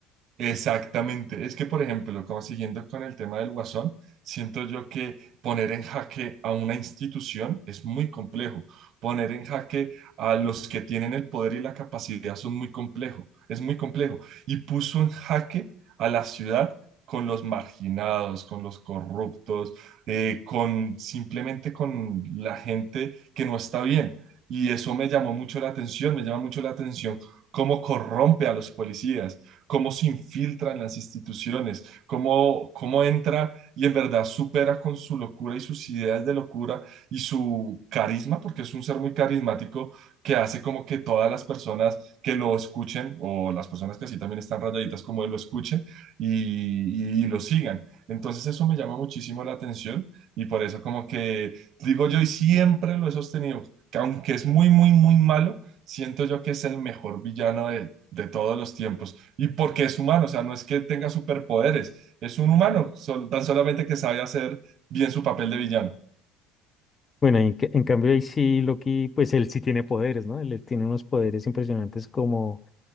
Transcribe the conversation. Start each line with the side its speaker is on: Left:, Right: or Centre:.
Right: Exactamente. Es que, por ejemplo, como siguiendo con el tema del Guasón, siento yo que poner en jaque a una institución es muy complejo. Poner en jaque a los que tienen el poder y la capacidad son muy complejo. Es muy complejo. Y puso en jaque a la ciudad con los marginados, con los corruptos, eh, con simplemente con la gente que no está bien. Y eso me llamó mucho la atención, me llama mucho la atención cómo corrompe a los policías cómo se infiltra en las instituciones, cómo, cómo entra y en verdad supera con su locura y sus ideas de locura y su carisma, porque es un ser muy carismático que hace como que todas las personas que lo escuchen o las personas que así también están rayaditas como él lo escuchen y, y, y lo sigan. Entonces eso me llama muchísimo la atención y por eso como que digo yo y siempre lo he sostenido, que aunque es muy, muy, muy malo, siento yo que es el mejor villano de, de todos los tiempos. Y porque es humano, o sea, no es que tenga superpoderes, es un humano, sol- tan solamente que sabe hacer bien su papel de villano.
Left: Bueno, en, ca- en cambio ahí sí Loki, pues él sí tiene poderes, ¿no? Él tiene unos poderes impresionantes como,